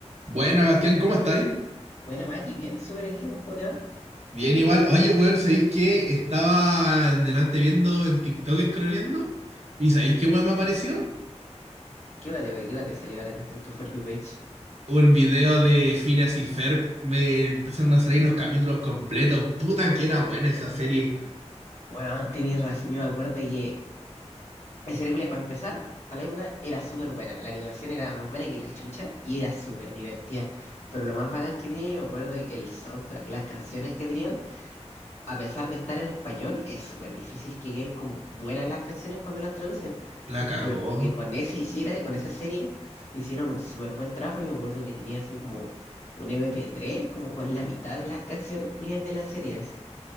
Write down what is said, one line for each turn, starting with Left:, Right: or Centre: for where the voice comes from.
Right: Buena, Bastián, ¿cómo estáis?
Left: Buena, Mati, bien, súper aquí, weón, ¿cómo te va?
Right: Bien, igual. Oye, weón, ¿sabéis que estaba en delante viendo en TikTok scrolleando? ¿Y sabéis qué weón me apareció?
Left: ¿Qué va, te, qué va te salió ahora en, en tu For You page?
Right: Un video de Phineas y Ferb. Me empezaron a salir los capítulos completos. Puta que era buena esa serie.
Left: Bueno, tenías razón, yo me acuerdo que esa película, para empezar, para la época, era súper buena. La animación era más buena que la chucha y era súper divertida. Pero lo más bacán que tenía, yo me acuerdo que el soundtrack, las canciones que tenían, a pesar de estar en español, es súper difícil que queden como buenas las canciones cuando las traducen.
Right: La cagó.
Left: Pero como que con ese hiciera, con esa serie, hicieron un súper buen trabajo. Y me acuerdo que tenía así como un mp tres como con la mitad de las canciones culiadas de la serie. así.